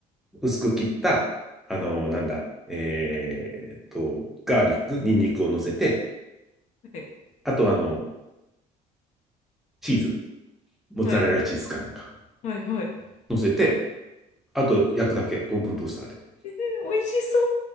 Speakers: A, in the centre; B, on the left.
A: 薄く切った、あの、なんだ、えーっと、ガーリック、ニンニクを乗せて、
B: はい、
A: あと、あの、チーズ、モッツァレラチーズかなんか、
B: はい、はい、はい。え
A: 乗せて、あと焼くだけ、オーブントースターで。
B: ー、美味しそ